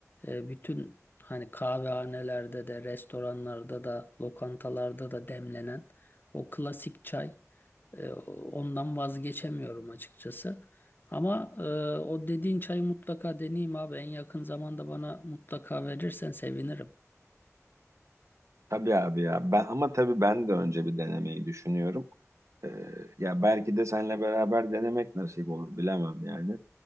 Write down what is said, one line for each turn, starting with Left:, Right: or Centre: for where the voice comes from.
Left: e, bütün hani kahvehanelerde de, restoranlarda da, lokantalarda da demlenen o klasik çay. E, ondan vazgeçemiyorum açıkçası. Ama e, o dediğin çayı mutlaka deneyeyim abi. En yakın zamanda bana mutlaka verirsen sevinirim.
Right: Tabii abi ya. Ben, ama tabii ben de önce bir denemeyi düşünüyorum. Ee, ya belki de seninle beraber denemek nasip olur bilemem yani.